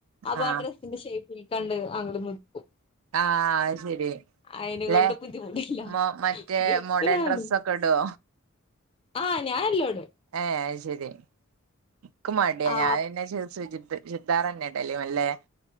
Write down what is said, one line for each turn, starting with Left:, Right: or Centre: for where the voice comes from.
Left: അപ്പൊ
Right: ആഹ്
Left: ആ ഡ്രസ്സിന്റെ ഷേയപ്പിലെക്കാണ്ട് അങ്ങട് നിക്കും
Right: ആ അത് ശരി
Left: അയിനെ
Right: ല്ലെ
Left: കൊണ്ട് ബുദ്ധിമുട്ടില്ല
Right: മൊ മറ്റേ
Left: ഡ്രസ്സിനാകും
Right: മോഡേൺ ഡ്രെസ്സൊക്കെ ഇടോ
Left: ആ ഞാനല്ലോടും
Right: ഏഹ് അത് ശരി ഇക്ക് മടിയാ
Left: ആ
Right: ഞാാനന്നെ ചു ചു ചുരിദാറെന്നെ ഇടല് വെല്ലേ